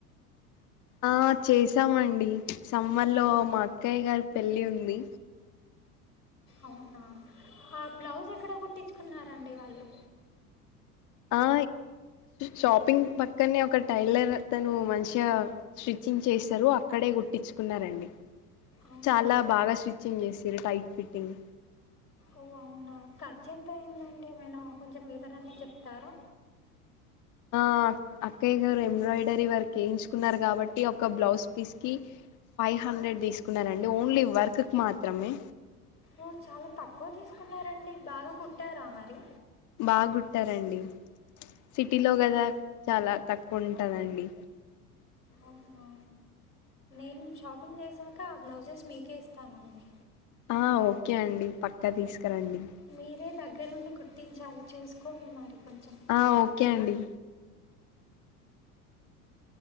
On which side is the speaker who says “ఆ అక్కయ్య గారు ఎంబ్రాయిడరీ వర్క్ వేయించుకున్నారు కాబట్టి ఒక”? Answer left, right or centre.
Left